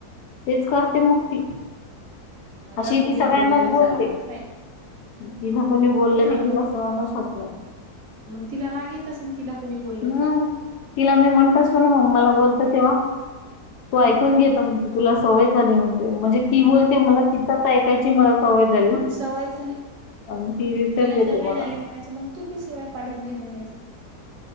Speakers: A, on the left; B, on the right.
A: तेच करते मुक्ती,
B: मला
A: अशी ही
B: कुणी
A: ती सगळ्यांनाच
B: बोललेलं
A: बोलते.
B: चालणार नाही
A: तिला कोणी बोललं
B: ह
A: की तिला सहनच होत नाही.
B: मंग तिला राग येत असन? तिला कोणी बोल
A: हम्म तिला मी म्हणत असतो ना मग मला बोलत तेव्हा तू ऐकून
B: हो ना
A: घेतो तुला सवय झाली म्हणते म्हणजे ती बोलते मला तिथच ऐकायची मला सवय झाली
B: मंग सवय झाली.
A: आणि ती रिटर्न
B: तिला
A: देते
B: सवय
A: मला.
B: झाली म्हणायचं मंग तू बी सवय पाडून घे म्हणायच.